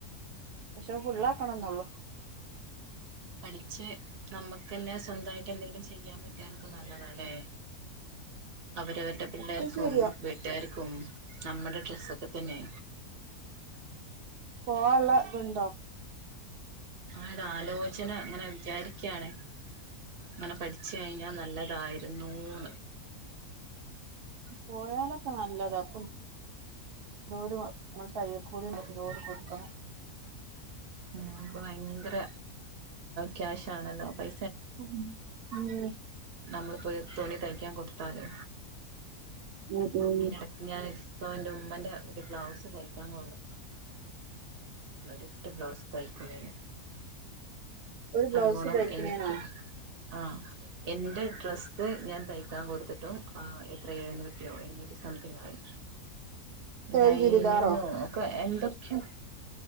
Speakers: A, on the right (about 85°); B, on the right (about 50°).
A: പക്ഷെ അത് ഫുള്ളാക്കണന്നൊള്ളൂ
B: പഠിച്ച് നമുക്കന്നെ സ്വന്തായിട്ട് എന്തെങ്കിലും ചെയ്യാൻ പറ്റിയ അതൊക്കെ നല്ലതല്ലേ അവരവരുടെ പിള്ളേർക്കും
A: ഒക്കെ ശരിയാ
B: വീട്ടുകാർക്കും നമ്മുടെ ഡ്രസ്സൊക്കെ തന്നെ
A: പോവാള്ള ഇതുണ്ടോ
B: അത് ആലോചന അങ്ങനെ വിചാരിക്കാണ് അങ്ങനെ പഠിച്ചു കഴിഞ്ഞാ നല്ലതായിരുന്നുന്ന്
A: പോയാലൊക്കെ നല്ലത അപ്പൊ എന്തോര് നമ്മുടെ തയ്യൽ കൂലിന്നെ എന്തോര് കൊടുക്കണം
B: ആ പ്പൊ ഭയങ്കര ക്യാഷ് ആണല്ലോ പൈ
A: ഉം അതെ
B: നമ്മളിപ്പോ ഒരു തുണി തയ്ക്കാൻ കൊടുത്താല്
A: ഉം ഉം
B: അയ്ന്റെടക് ഞാൻ ഇപൊ എന്റെ ഉമ്മന്റെ ഒരു ബ്ലൗസ് തൈയ്ക്കാൻ റ്റ ബ്ലൗസ് തയ്ക്കുന്നന്
A: ഒരു ബ്ലൗസ്
B: അതുപോണം
A: തയ്ക്കണേനോ
B: എനിക്ക് ആ ഹ എന്റെ ഡ്രസ്സ് ഞാൻ തയ്ക്കാൻ കൊടുത്തിട്ടും അഹ എത്ര എഴുന്നൂറ്റിയോ എന്ന് സംതിഗായി ലൈനിങ്ങോ
A: ഏത് ചുരിദാറോ
B: ഒക്കെ എന്തൊ ശരി